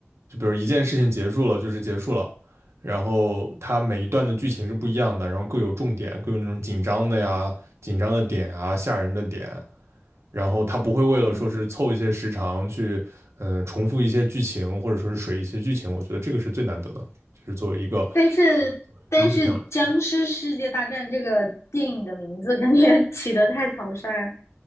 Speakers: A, on the right; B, on the left.
A: 就比如一件事情结束了就是结束了，然后它每一段的剧情是不一样的，然后各有重点，各有那种紧张的呀、紧张的点啊、吓人的点，然后它不会为了说是凑一些时长去，
B: 嗯。
A: 呃，重复一些剧情或者说是水一些剧情，我觉得这个是最难得的，就是作为一个呃作为僵尸片来说。
B: 但是但是《僵尸世界大战》这个电影的名字感觉 <laughs> 起得太草率，